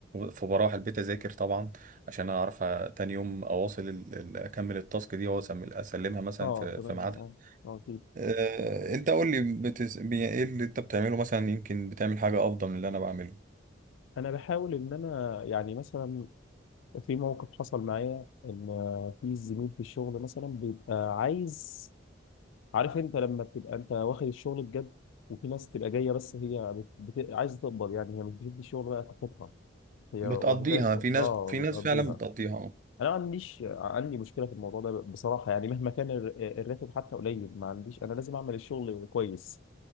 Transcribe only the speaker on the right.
فبروح البيت اذاكر طبعا عشان اعرف تاني يوم اواصل ال- ال- اكمل التاسك دي واسلم- اسلمها مثلا
في
في ميعادها
آه، انت قول لي بتس... بي... ايه اللي انت بتعمله مثلا يمكن بتعمل حاجة افضل من اللي انا بعمله
بتقضيها
في ناس
في ناس
فعلا بتقضيها اه